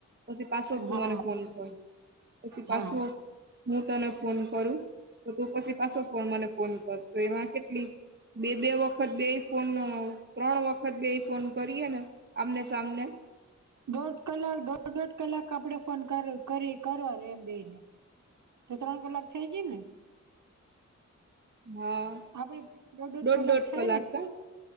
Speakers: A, on the right; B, on the right.
A: પસી પાસો તું
B: હા
A: મને ફોન કર. પસી પાસું
B: હા
A: હું તને ફોન કરું, તો તું પસી પાસો ફોન મને ફોન કર. તો એમાં કેટલી બે-બે વખત બેય ફોન ત્રણ વખત બેઈ ફોન કરીએ ને આમને સામને
B: દોઢ કલાક દોઢ-દોઢ કલાક આપડે ફોન કર કરી કરવાનું એમ બેઈ ને. તો ત્રણ કલાક થઈ ગઈ ને?
A: હા,
B: આપડે દોઢ દોઢ
A: દોઢ-દોઢ
B: થાય
A: કલાક
B: ને
A: કા?